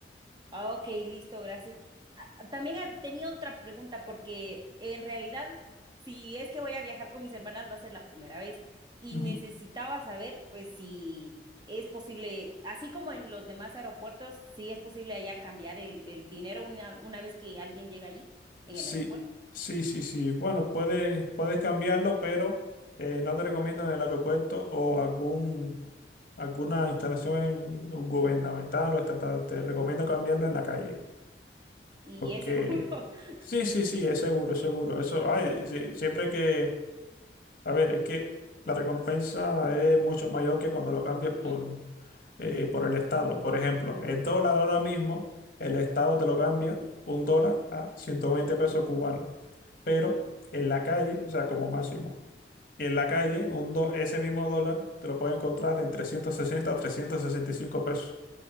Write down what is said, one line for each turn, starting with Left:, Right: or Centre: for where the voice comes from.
Right: Ah, Ok, listo, gracias. Ah, ah, También ah, tenía otra pregunta porque en realidad, si es que voy a viajar con mis hermanas, va a ser la primera vez y
Left: Ujú.
Right: necesitaba saber, pues, si es posible, así como en los demás aeropuertos, si es posible allá cambiar el, el dinero una, una vez que alguien llega allí, en
Left: Sí,
Right: el aeropuerto,
Left: sí, sí, sí. Bueno, puedes, puedes cambiarlo, pero eh, no te recomiendo en el aeropuerto o algún, alguna instalación gubernamental o estatal. Te recomiendo cambiarlo en la calle.
Right: y
Left: Porque
Right: es seguro.
Left: sí,
Right: <laughs>
Left: sí, sí, es seguro, es seguro. Eso, ay, sí, siempre que, a ver, es que la recompensa es mucho mayor que cuando lo cambias
Right: Ujú,
Left: por, eh, por el Estado. Por ejemplo, el dólar ahora mismo, el Estado te lo cambia un dólar a 120 pesos cubanos, pero
Right: Ajá.
Left: en la calle, o sea, como máximo. Y en la calle, un do- ese mismo dólar te lo puede encontrar en 360 o 365 pesos.